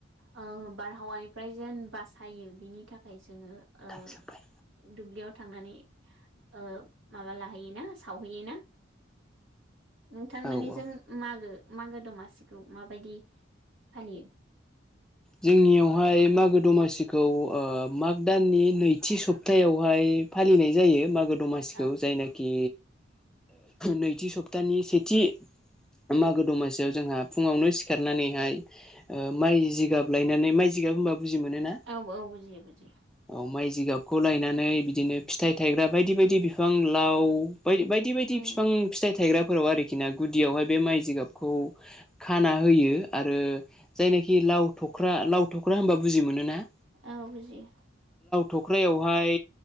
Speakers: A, on the right; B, in the centre.
A: ओ बारहावाया निफ्राय जेन बासायो बिनि थाखाय जोङो ओ
B: थांजोब्बाय
A: दुब्लियाव थांनानै ओ माबा लाहैयोना सावहैयो ना नोंथांमोननिजों
B: औ औ
A: मागो- मागो दमासिगखौ माबायदि फालियो
B: जोंनियावहाय मागो दमासि औ माग दाननि नैथि सप्तायावहाय फालिनाय जायो मागो दमा दमासिखौ
A: औ
B: जायनाखि नैथि सप्तानि सेथि मागो दमासियाव जोंहा फुङावनो सिखारनानैहाय ओ माइ जिगाब लायनानै माइजिगाब होनबा बुजि मोनोना
A: औ -औ बुजियो -बुजियो
B: औ माइ जिगाबखौ लायनानै बिदिनो फिथाइ थायग्रा बायदि -बायदि बिफां लाव बाय बायदि -बायदि
A: उम
B: बिफां फिथाइ थायग्रा फोराव आरोखि ना गुदियावहाय बे माइ जिगाबखौ खाना होयो आरो जायनाखि लाव लाव थख्रा होनबा बुजि मोनोना
A: औ बुजियो
B: थख्रायावहाय